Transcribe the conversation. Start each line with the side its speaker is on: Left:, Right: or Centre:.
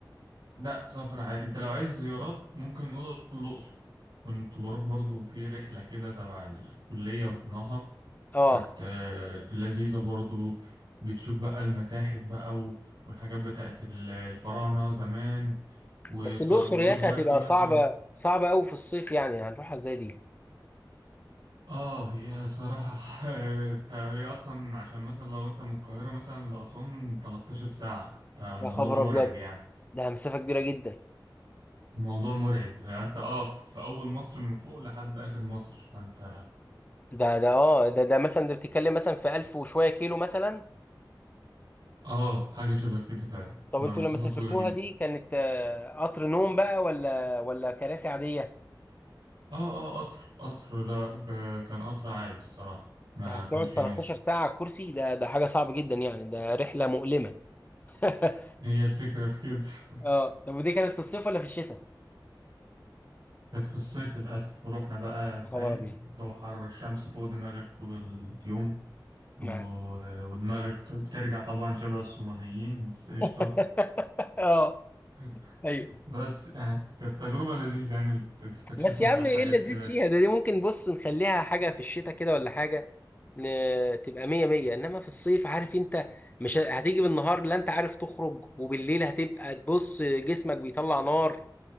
Right: لا سفر عادي انت لو عايز زيارات ممكن نقول الاقصر كنت بروح برضو في رحلة كده تبع الكلية رحناها
Left: اه
Right: كانت آه، لذيذة برضو بتشوف بقى المتاحف بقى و- والحاجات بتاعت ال- الفراعنة زمان وطر-
Left: بس الأقصر
Right: ويقعد
Left: يا أخي
Right: بقى
Left: هتبقى
Right: في مثلا
Left: صعبة صعبة أوي في الصيف يعني هنروحها ازاي دي
Right: اه هي صراحة <laughs> انت هي اصلا عشان مثلا لو انت من القاهرة مثلا لأسوان 13 ساعة ده موضوع
Left: يا خبر
Right: مرعب
Left: أبيض
Right: يعني
Left: ده مسافة كبيرة جدا
Right: الموضوع مرعب انت اه في اول مصر من فوق لحد اخر مصر فانت
Left: ده ده اه ده ده مثلا ده بتتكلم مثلا في ألف وشوية كيلو مثلا
Right: اه حاجة شبه كده فعلا
Left: طب
Right: مع
Left: انتوا
Right: مسافة
Left: لما سافرتوها
Right: طويلة جدا
Left: دي كانت آه، قطر نوم بقى ولا ولا كراسي عادية؟
Right: اه اه قطر قطر لا ك- كان قطر عادي الصراحة ما
Left: يعني
Right: كانش
Left: هتقعد 13
Right: نوم
Left: ساعة على الكرسي ده ده حاجة صعبة جدا يعني ده رحلة مؤلمة <laughs>
Right: هي الفكرة في كده <laughs>
Left: اه طب ودي كانت في الصيف ولا في الشتاء؟
Right: كانت في الصيف للأسف ورحنا بقى فاهم
Left: يا خبر ابيض
Right: جو حر الشمس فوق دماغك طول اليوم و...
Left: معاك
Right: ودماغك بترجع طبعا شبه الصوماليين بس قشطة
Left: <laughs> اه
Right: <laughs>
Left: ايوه
Right: بس يعني كانت تجربة لذيذة يعني استكشفنا
Left: بس يا
Right: شوية
Left: عم
Right: حاجات
Left: ايه اللذيذ
Right: كده
Left: فيها ده دي ممكن بص نخليها حاجه في الشتاء كده ولا حاجه ن... تبقى مية مية انما في الصيف عارف انت مش ه- هتيجي بالنهار لا انت عارف تخرج وبالليل هتبقى تبص جسمك بيطلع نار